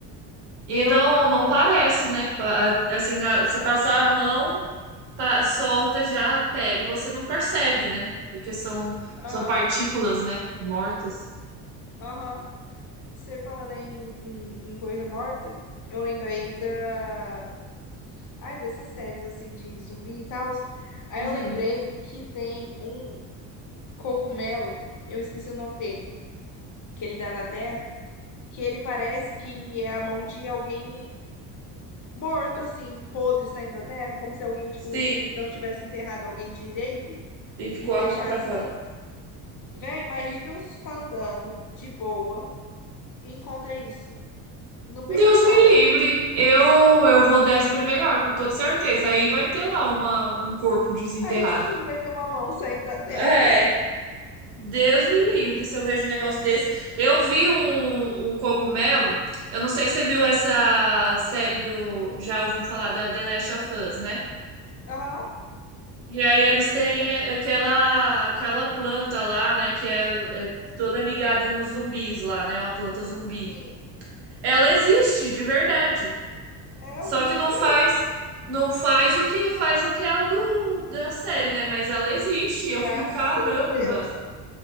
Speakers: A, on the right; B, on the left.
A: E
B: Eu,
A: não, não parece, né? Pa- Assim, a- você passar a mão, pa- solta já a pele. Você não percebe, né? Porque são,
B: aham,
A: são partículas, né? Mortas.
B: aham. Você falando aí em, em- em coisa morta, eu lembrei da, ai, dessas séries assim de zumbi e tal. Aí
A: Uhum.
B: eu lembrei que tem um cogumelo, eu esqueci o nome dele, que ele dá na terra, que ele parece que é a mão de alguém morto assim, podre saindo da terra, como se alguém tipo
A: Sim,
B: não tivesse enterrado alguém direito
A: e ficou
B: e deixasse
A: a mão pra fora.
B: assim. Véi, imagina você tá andando de boa e encontra isso no meio
A: Deus
B: do nada.
A: me livre. Eu eu vou para melhor, com toda certeza. Aí vai ter lá uma, um corpo desenterrado.
B: Aí sim vai ter uma mão saindo da terra.
A: É,
B: <laughs>
A: Deus me livre se eu vejo um negócio desse. Eu vi um, um cogumelo. Eu não sei se você viu essa série do. Já ouviu falar da The Last of Us, né?
B: Aham,
A: E aí eles têm
B: já.
A: aquela, aquela planta lá, né? Que é, é toda ligada nos zumbis lá, né? Uma planta zumbi.
B: Sim.
A: Ela existe, de verdade.
B: É,
A: Só
B: eu vi
A: que
B: isso
A: não
B: aí.
A: faz, não faz o que faz aquela do, da série, né? Mas ela existe. E
B: Graças
A: eu fiquei, caramba.
B: a Deus.